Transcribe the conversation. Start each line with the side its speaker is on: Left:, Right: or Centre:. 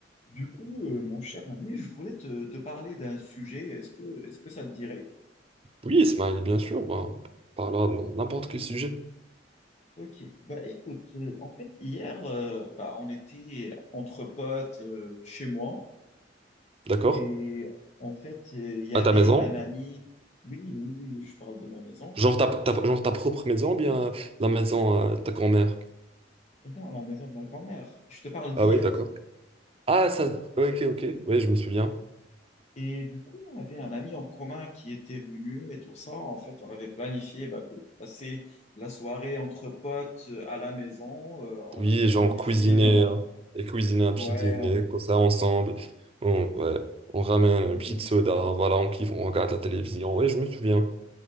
Left: Du coup, euh, mon cher ami, je voulais te, te parler d'un sujet. Est-ce que, est-ce que ça te dirait?
Right: Oui, Ismaël, bien sûr, ben, on parlera de n'importe quel sujet.
Left: Ok, bah écoute, euh, en fait, hier, euh, bah, on était entre potes euh, chez moi
Right: D'accord?
Left: et en fait, euh, il y
Right: À
Left: avait
Right: ta maison?
Left: un ami. Oui, oui, oui, je parle de ma maison.
Right: Genre ta, ta- genre ta propre maison, ou bien la maison euh, ta grand-mère.
Left: Non, la maison de ma grand-mère. Je te parle d'hier.
Right: Ah oui, d'accord. Ah, ça. ouais, Ok, ok. Oui, je me souviens.
Left: Et du coup, on avait un ami en commun qui était venu et tout ça. En fait, on avait planifié bah, de passer la soirée entre potes euh, à la maison euh, en
Right: Oui,
Left: regardant
Right: genre
Left: des
Right: cuisiner
Left: films,
Right: euh, et cuisiner un petit
Left: Ouais,
Right: dîner, comme ça, ensemble. On, ouais, on ramène un
Left: et-
Right: petit soda, voilà, on kiffe, on regarde la télévision. Oui, je me souviens.